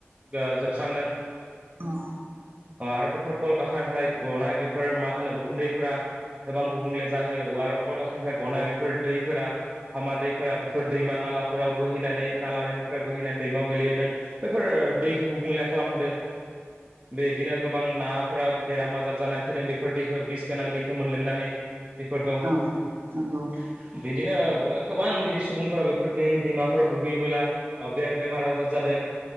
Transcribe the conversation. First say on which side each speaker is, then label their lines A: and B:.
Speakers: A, on the right; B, on the right.
A: जोबस्रांदों
B: औ
A: अ आरो बेफोर कलकातानिफ्राय गनाय बेफोर मा होनो उखुन्दैफोरा गोबां गुबुंले जाहयो अवार'कनफोरनिफ्राय गनाय बेफोर दैफ्रा हामा दैफोरा बेफोर दैमा नालाफोराव बोहैनानै ना लानायनिफ्राय बोहैनानै दैमायाव गोलैहैदों बेफोर दैखौ गुबुंले खालामहोदों बेदिनो गोबां नाफोरा बेराम आजार जानाय थैदों बेफोर दै बिस गोनां दैखौ मोनलोंनानै बेफोरखौ बे
B: औ नंगौ
A: बिदिनो गोबां बिदि सुबुंफोरा बेफोर दैमाफोराव दुगैयोबोला बे बेमार आजार जादों